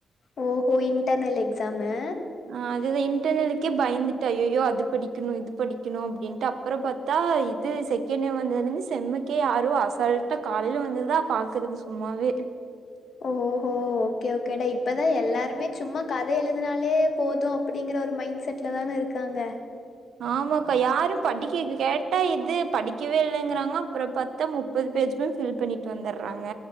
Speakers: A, on the left; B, on the right.
A: ஓகோ இன்ட்டர்னல் எக்ஸாமு
B: ஆ அதுதான் இன்டர்நெலுக்கே பயந்துட்டு அய்யய்யோ அது படிக்கணும் இது படிக்கணும் அப்படின்ட்டு அப்புறம் பார்த்தா இது செகண்ட் இயர் வந்ததுலேருந்து செம்முக்கே யாரும் அசால்ட்டா காலையில வந்துதான் பாக்குறது சும்மாவே
A: ஓஹோ ஓகே ஓகேடே இப்பதான் எல்லாருமே சும்மா கதை எழுதுனாலே போதும் அப்படிங்கற ஒரு மைண்ட் செட்ல தான இருக்காங்க
B: ஆமாக்கா யாரும் படிக்க கேட்டா இது படிக்கவே இல்லங்கறாங்க அப்புறம் பத்தா முப்பது பேஜுமே ஃபில் பண்ணிட்டு வந்துறாங்க